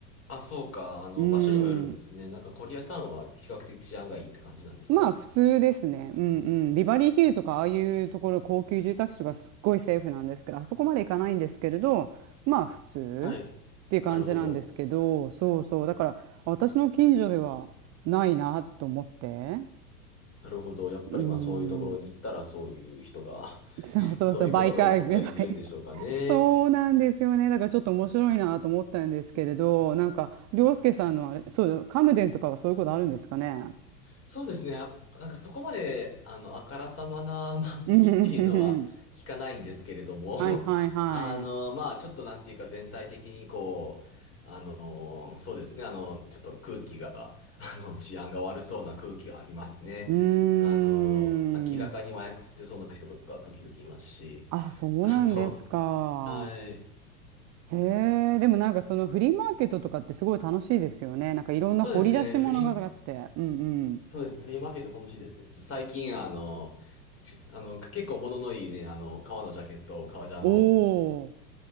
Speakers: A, on the left (about 30°); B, on the right (about 35°).
A: あ、そうか。あの、
B: うん。
A: 場所にもよるんですね。なんかコリアタウンは比較的治安がいいって感じなんですか
B: まあ普通ですね。うんうん。ビバリーヒルズとかああいうところ高級住宅地とかすっごいセーフなんですけど、あそこまで行かないんですけれど、まあ普通っていう感じなんですけど、
A: はい。なるほど。
B: そうそう。だから私の近所ではないなと思って。
A: なるほど。やっぱりまあそういうところに行ったらそういう人が
B: うん。そうそうそう。
A: <laughs> そういうことが起こったりするんでしょうかね。
B: 媒介、<laughs> 媒そうなんですよね。だからちょっと面白いなと思ったんですけれど、なんか、涼介さんのあれ、そう、カムデンとかはそういうことあるんですかね。
A: そうですね。あなんかそこまで、あの、あからさまな <laughs> 万引きっていうのは聞かないんですけれども、
B: うんうんうんうん。はいはいはい。
A: <laughs> あの、まあちょっとなんていうか全体的にこう、あの、そうですね。あの、ちょっと空気が、<laughs> あの、治安が悪そうな空気がありますね。
B: うーん。
A: あの、明らかに麻薬吸ってそうな人とか時々いますし、
B: あ、そうなんですか。
A: あの、はい。
B: へえ、でもなんかそのフリーマーケットとかってすごい楽しいですよね。なんかいろんな掘り出し物があって。
A: そうですね。フリー、
B: うんうん。
A: そうですね。フリーマーケット楽しいですね。最近、あの、ちあの、結構物のいいね、あの、革のジャケット、革ジャンを、
B: おお。